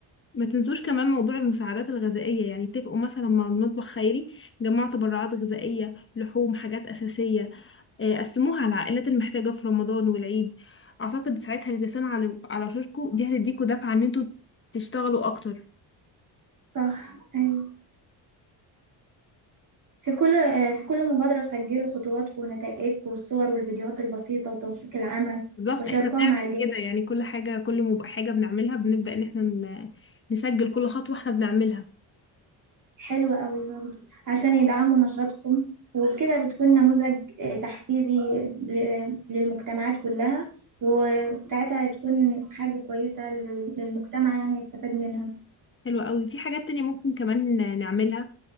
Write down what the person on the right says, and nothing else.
صح أيوة في كل آه، في كل مبادرة سجلوا خطواتكم ونتائجكم والصور والفيديوهات البسيطة وتوثيق العمل
وشاركوها
مع الجميع
حلوة قوي برضه عشان يدعموا نشاطكم وبكده بتكون نموذج آه، تحفيزي ل- للمجتمعات كلها وساعتها هتكون حاجة كويسة لل- للمجتمع يعني يستفاد منها